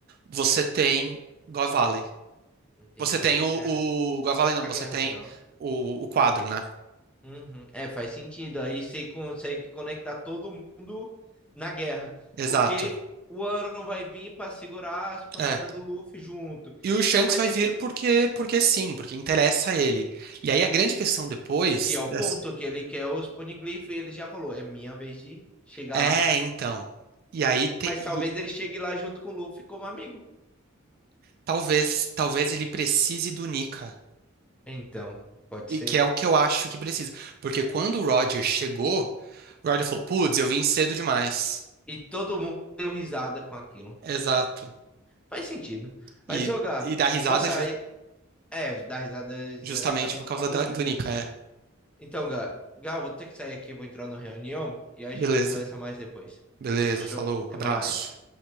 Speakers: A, on the right; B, in the centre.
A: você tem God Valley.
B: Entendi.
A: Você tem o,
B: É,
A: o Gavalen, não,
B: a
A: você
B: guerra
A: tem
B: final.
A: o, o quadro, né?
B: Uhum. É, faz sentido. Aí você consegue conectar todo mundo na guerra.
A: Exato.
B: Porque o Aaron vai vir para segurar as pancadas
A: É.
B: do Luffy junto.
A: E o Shanks
B: Então vai
A: vai
B: descer.
A: vir porque, porque sim, porque interessa a ele. E aí a grande questão depois
B: E é o
A: dessa-
B: ponto que ele quer os Poneglyph. E ele já falou: é minha vez de chegar
A: é,
B: lá.
A: então. E aí te-
B: Mas
A: e
B: talvez ele chegue lá junto com o Luffy como amigo.
A: talvez talvez ele precise do Nika,
B: Então, pode
A: e
B: ser.
A: que é o que eu acho que precisa, porque quando o Roger chegou, o Roger falou: "Putz, eu vim cedo demais".
B: E todo mundo deu risada com aquilo.
A: Exato.
B: Faz sentido.
A: E
B: Mas, ô, Gá,
A: e dá risada
B: vou sair.
A: ju-
B: É, dar risada exatamente
A: justamente por causa
B: por causa
A: da-
B: do Nika.
A: do Nika, é.
B: Então, Gal, Gal, vou ter que sair aqui, vou entrar na reunião e aí
A: Beleza.
B: a gente conversa mais depois.
A: Beleza,
B: Fechou?
A: falou,
B: Até
A: abraço.
B: mais.